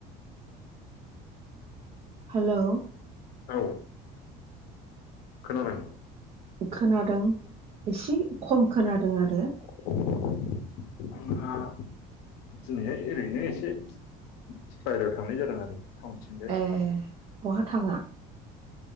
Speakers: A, on the right; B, on the left.
A: हेल'
B: औ। खोनाबाय
A: खोनादों एसे खम खोनादों आरो।
B: <unintelligible> दिनैहाय ओरैनो एसे बायहेरायाव थांनाय जादों आरो। टाउनथिंजाय
A: ए बहा थांङा।